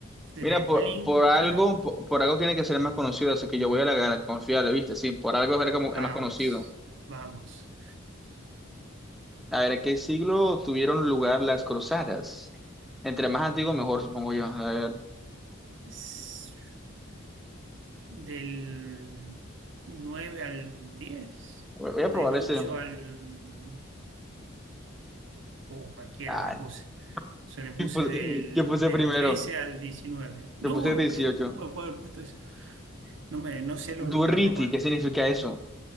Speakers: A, on the right (about 60°); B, in the centre.
A: Treblinka,
B: Mira, por, por algo, por, por algo tiene que ser más conocido, así que yo voy a la, a la confiable, ¿viste? Sí, por algo es ver como-
A: vamos,
B: es más conocido.
A: vamos.
B: A ver, ¿en qué siglo tuvieron lugar las cruzadas? Entre más antiguo, mejor, supongo yo. A ver,
A: Es del 9 al 10
B: voy voy
A: o
B: a probar
A: del 8
B: ese.
A: al... o cualquiera
B: Ah,
A: le puse.
B: <laughs>
A: se le puse
B: ¿qué puse,
A: del,
B: qué puse
A: del
B: primero?
A: 13 al 19. No,
B: Te puse dieciocho?
A: ¿qué- ¿cómo le puedo haber puesto eso? No, me, no sé los
B: Durriti,
A: números romanos.
B: ¿qué significa eso?